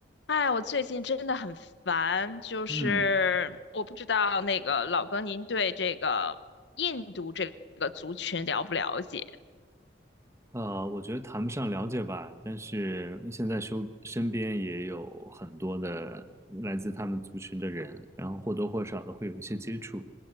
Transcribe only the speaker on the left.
哎，我最近真的很烦，就是我不知道那个老哥，
您对这个印度这个族群了不了解？